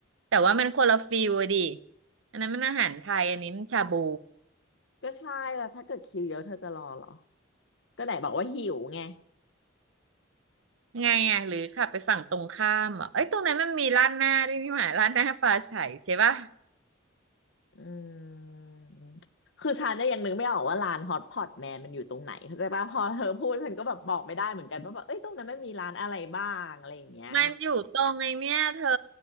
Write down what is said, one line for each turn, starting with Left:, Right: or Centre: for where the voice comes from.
Right: แต่ว่ามันคนละฟิลอะดิอันนั้นมันอาหารไทยอันนี้มันชาบู
Left: ก็ใช่แล้วถ้าเกิดคิวเยอะเธอจะรอเหรอก็ไหนบอกว่าหิวไง
Right: ไงอ่ะหรือขับไปฝั่งตรงข้ามอ่ะเอ้ยตรงนั้นมันมีร้านหน้าด้วยนี่หว่าร้านหน้าฟ้าใสใช่ปะ
Left: อืม คือฉันเนี่ยยังนึกไม่ออกว่าร้านฮอตพอตแมนมันอยู่ตรงไหนเข้าใจป่ะพอเธอพูดฉันก็แบบบอกไม่ได้เหมือนกันว่าแบบเอ้ยตรงนั้นมันมีร้านอะไรบ้างอะไรอย่างเงี้ย
Right: มันอยู่ตรงไอ้เนี่ยเธอ